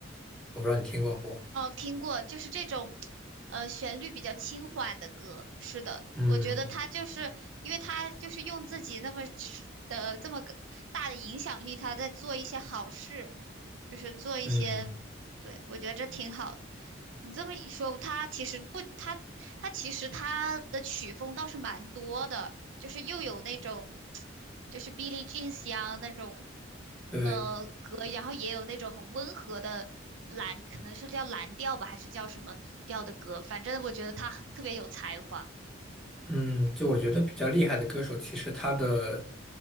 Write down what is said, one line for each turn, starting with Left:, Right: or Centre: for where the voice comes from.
Centre: 我不知道你听过不？
Right: 哦，听过，就是这种，呃，旋律比较轻缓的歌。是的，
Centre: 嗯
Right: 我觉得他就是，因为他就是用自己那么的这么个大的影响力，他在做一些好事，就是做一些，
Centre: 嗯，
Right: 对，我觉得这挺好的。你这么一说，他其实不，他他其实他的曲风倒是蛮多的。就是又有那种就是 Billie Jean 香那种
Centre: 对，
Right: 呃歌，然后也有那种很温和的蓝，可能是叫蓝调吧，还是叫什么调的歌，反正我觉得他特别有才华。
Centre: 嗯，就我觉得比较厉害的歌手，其实他的